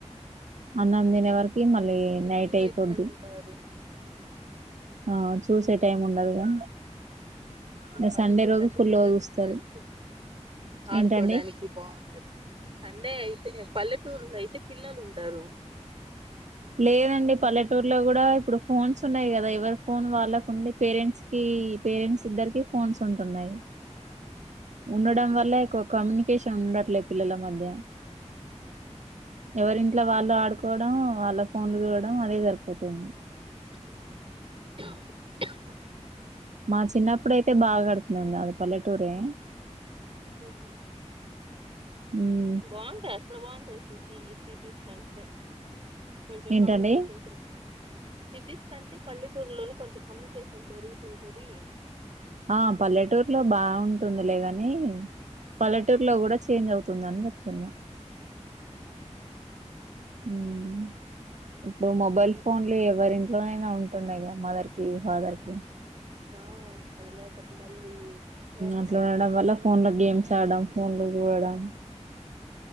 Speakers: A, on the right; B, on the right.
A: అన్నం తినే వరకి మళ్ళీ నైట్
B: క్యూ <unintelligible>
A: అయిపోద్ది
B: ఉంటాదీ. ఆది
A: ఆ చూసే టైం ఉండదుగా ఇగ
B: పల్లెటూరులుంటే
A: సండే రోజు ఫుల్గా
B: పిల్లలు
A: చూస్తారు
B: ఉంటారు ఆడుకోవడానికి
A: ఏంటండి
B: బాగుంటది సండే అయితే పల్లెటూరులో అయితే పిల్లలు ఉంటారు
A: లేదండి పల్లెటూర్లో కూడా ఇప్పుడు ఫోన్స్ ఉన్నాయి కదా ఎవరి ఫోన్ వాళ్ళకు ఉండి పేరెంట్స్ పేరెంట్స్ ఇద్దరికి ఫోన్స్ ఉంటున్నాయి. ఉండడం
B: ఉమ్.
A: వల్ల ఓ కమ్యూనికేషన్ ఉండట్లేదు పిల్లల మధ్య ఎవరింట్లో వాళ్ళు ఆడుకోవడం వాళ్ళ ఫోన్లు చూడడం అదే సరిపోతుంది
B: <inaudible>
A: మా చిన్నప్పుడయితే బాగా ఆడుకునేది మాది పల్లెటూరే
B: ఉహూ
A: ఉ
B: బాగుంటాయి అక్కడ బాగుంటయి సిటీ సిటీస్ కంటే కొంచెం
A: ఏంటండి
B: కమ్యూనికేషన్స్ పెా సిటీస్ కంటే పల్లెటూర్లోనే కొంచెం కమ్యూనికేషన్ పెరుగుతుంటుంది
A: ఆ పల్లెటూరులో బాగుంటుందిలేగాని పల్లెటూరులో కూడా చేంజ్ అవుతుందని చెప్తున్నా ఉ ము ఇప్పుడు మొబైల్ ఫోన్లు ఎవరింట్లోనైనా ఉంటున్నాయి క మదర్ కి ఫాదర్ కి
B: ఆ ఆది లేకపోతే మళ్ళీ వర్క్
A: అట్లా
B: కష్టం
A: ఉండడం
B: కదా
A: వల్ల ఫోన్ లో గేమ్స్ ఆడడం ఫోన్ లు చూడడం